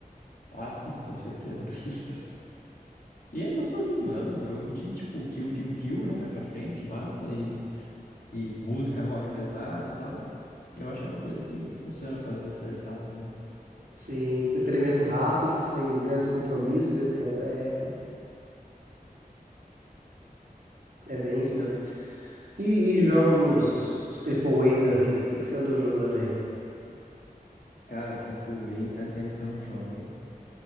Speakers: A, on the left; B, on the right.
A: Ah, sim, com certeza. <laughs> E é gostosinho, né? É um jogo de, tipo, kill, kill, kill, né? Vai pra frente, mata e, e música rock pesado e tal. Eu acho que é uma coisa que, que funciona pra desestressar também.
B: Sim, um entretenimento rápido, sem grandes compromissos, etc. É, é bem isso mesmo. E, e jogos, os triple A's da vida, o que que você andou jogando aí?
A: Cara, Triple A, faz tempo que eu não jogo, hein?